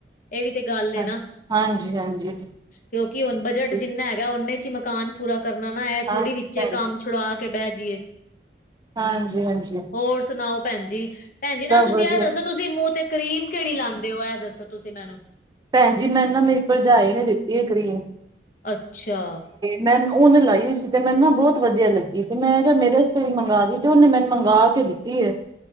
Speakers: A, on the left; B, on the right.
A: ਇਹ ਵੀ ਤੇ ਗੱਲ ਹੈ
B: ਹਾਂ
A: ਨਾ।
B: ਹਾਂਜੀ-ਹਾਂਜੀ
A: ਕਿਉਂਕਿ ਹੁਣ ਬਜਟ
B: ਹਾਂਜੀ
A: ਜਿੰਨਾ ਹੈਗਾ ਉਨੇ ਚ ਹੀ ਮਕਾਨ ਪੂਰਾ ਕਰਨਾ ਨਾ। ਇਹ ਥੋੜੀ
B: ਹਾਂਜੀ
A: ਵਿੱਚ
B: ਭੈਣ
A: ਕੰਮ
B: ਜੀ
A: ਛੁੜਾ। ਤੇ ਬਹਿ ਜਾਈਏ।
B: ਹਾਂਜੀ-ਹਾਂਜੀ।
A: ਹੋਰ ਸੁਣਾਓ ਭੈਣ ਜੀ, ਭੈਣ ਜੀ ਨਾਲ
B: ਸਭ
A: ਤੁਸੀਂ
B: ਵਧੀਆ
A: ਆਹ ਦੱਸੋ ਤੁਸੀਂ ਮੂੰਹ ਤੇ ਕਰੀਮ ਕਿਹੀ ਲਾਉਂਦੇ ਹੋ ਇਹ ਦੱਸੋ ਤੁਸੀਂ ਮੈਨੂੰ
B: ਭੈਣ ਜ, ਮੈਨੂੰ ਨਾ ਮੇਰੀ ਭਰਜਾਈ ਨੇ ਦਿੱਤੀ ਹੈ ਕਰੀਮ
A: ਅੱਛਾ।
B: ਮੈਨ ਉਹਨ ਲਾਈ ਹੋਈ ਸੀ। ਤੇ ਮੈਨੂੰ ਨਾ ਬਹੁਤ ਵਧੀਆ ਲੱਗੀ। ਤੇ ਮੈਂ ਕਿਹਾ ਮੇਰੇ ਵਾਸਤੇ ਵੀ ਮੰਗਵਾ ਦੀ ਤੇ ਉਹਨੇ ਮੈਨੂੰ ਮੰਗਵਾ ਕੇ ਲਈ ਕੀ ਹੈ।